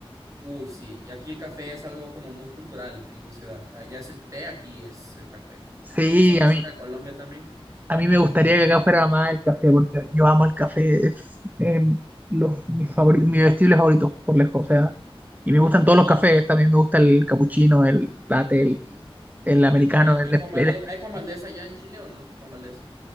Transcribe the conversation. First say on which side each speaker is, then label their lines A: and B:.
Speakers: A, on the right; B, on the right.
A: uy, sí, y aquí el café es algo como muy cultural en mi ciudad. Allá es el té, aquí es el café.
B: Sí,
A: Como estamos más
B: a mí
A: cerca de Colombia también.
B: A mí me gustaría que acá fuera más el café, porque yo amo el café, es eh, los, mis favori- mi vestible favorito por lejos, o sea, y me gustan todos los
A: Y
B: cafés, también me gusta el capuchino, el latte, el, el
A: yo
B: americano,
A: también. ¿Y
B: el,
A: el
B: es-
A: Juan Valdez?
B: el espresso.
A: ¿Hay Juan Valdez allá en Chile o no? Juan Valdez.